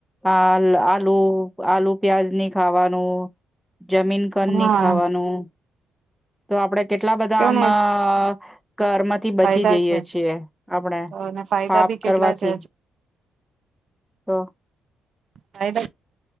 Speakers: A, in the centre; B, on the right.
A: અ આલ આલુ આલુ પ્યાજની ખાવાનું જમીન કનની
B: હા
A: ખાવાનું તો આપડે કેટલા બધા
B: કેવું
A: આમ
B: ને
A: <unintelligible> ઘર માંથી બચી
B: ફાયદા
A: જઈએ
B: છે
A: છીએ આપણેે
B: અને ફાયદા
A: પાપ
B: બી
A: કરવાથી
B: કેટલા છે
A: તો
B: સાહેબ